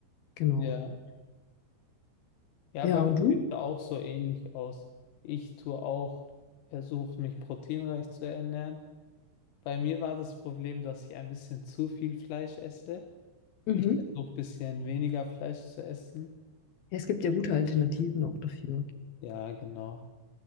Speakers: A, on the left; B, on the left.
A: Genau.
B: Ja, ja,
A: Ja,
B: bei
A: und
B: mir
A: du?
B: sieht es auch so ähnlich aus. Ich tue auch, versuche mich proteinreich zu ernähren. Bei mir war das Problem, dass ich ein bisschen zu viel Fleisch esse.
A: Mhm.
B: Ich versuche ein bisschen weniger Fleisch zu essen.
A: Ja, es gibt ja gute Alternativen auch dafür.
B: Ja, genau.